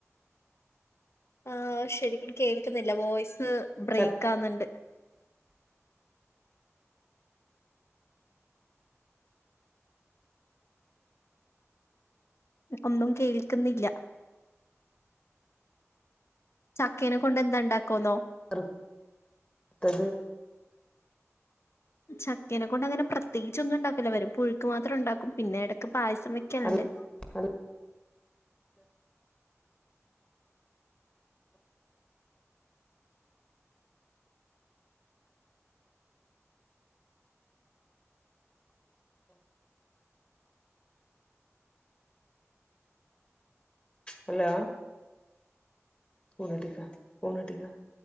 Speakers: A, on the left; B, on the left.
A: ആഹ് ശെരിക്കും കേക്ക്ന്ന്ല്ല വോയ്സ് ബ്രെയ്ക്കാവ്ന്ന്ണ്ട്
B: ചക്ക
A: ഒന്നും കേൾക്ക്ന്നില്ലാ ചക്കേനെ കൊണ്ട് എന്താ ണ്ടാക്കുവെന്നോ?
B: വർത്തത്
A: ചക്കനെ കൊണ്ട് അങ്ങനെ പ്രത്യേകിച്ച് ഒന്നും ഉണ്ടാക്കില്ല. വല്ല പുഴുക്ക് മാത്രം ഉണ്ടാക്കും. പിന്നെ ഇടയ്ക്ക് പായസം വെക്കല്ണ്ട്.
B: ഹൽ ഹൽ ഹലോ <unintelligible>